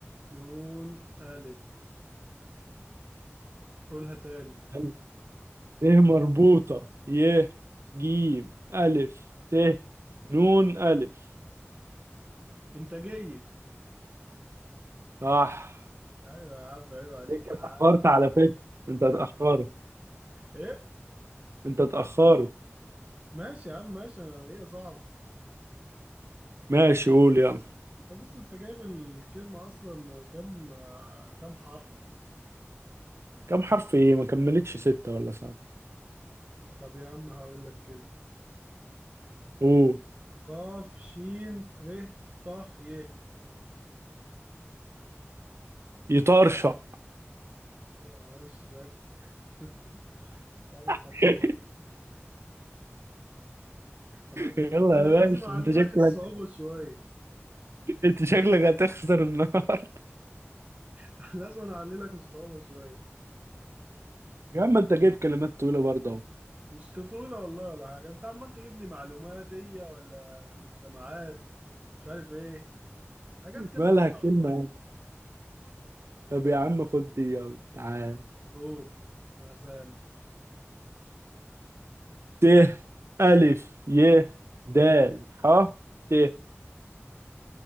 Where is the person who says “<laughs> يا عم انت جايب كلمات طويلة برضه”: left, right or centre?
Right